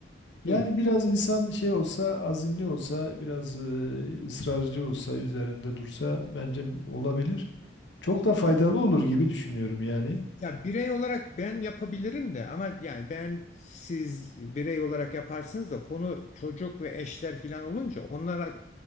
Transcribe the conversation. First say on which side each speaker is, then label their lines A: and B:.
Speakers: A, on the left; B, on the left.
A: Yani
B: buyurun.
A: biraz insan şey olsa, azimli olsa, biraz e, ısrarcı olsa, üzerinde dursa bence olabilir. Çok da faydalı
B: Ya
A: olur gibi düşünüyorum yani.
B: Ya birey olarak ben yapabilirim de ama yani ben siz birey olarak yaparsınız da konu çocuk ve eşler filan olunca onlara